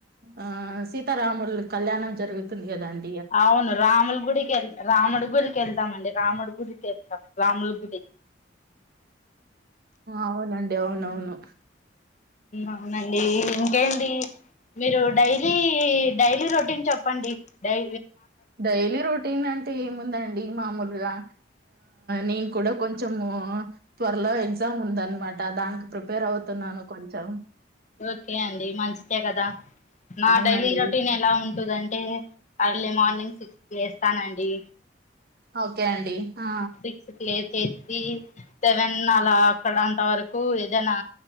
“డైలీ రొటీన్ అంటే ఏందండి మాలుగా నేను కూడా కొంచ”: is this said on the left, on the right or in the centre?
Right